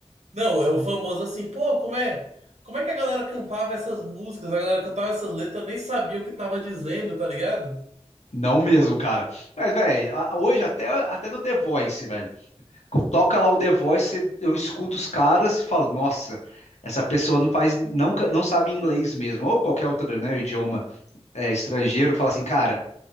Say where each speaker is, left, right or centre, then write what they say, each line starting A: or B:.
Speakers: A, on the right (about 80°); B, on the left (about 80°).
A: Não, é o famoso assim, pô, como é, como é que a galera cantava essas músicas? A galera cantava essas letras, nem sabia o que tava dizendo, tá ligado? <laughs>
B: Não mesmo, cara. Mas, velho, hoje até, até no The Voice, velho. Toca lá o The Voice, eu escuto os caras e falo, nossa, essa pessoa não faz, não, ca- não sabe inglês mesmo, ou qualquer outro, né, idioma é, estrangeiro, fala assim, cara.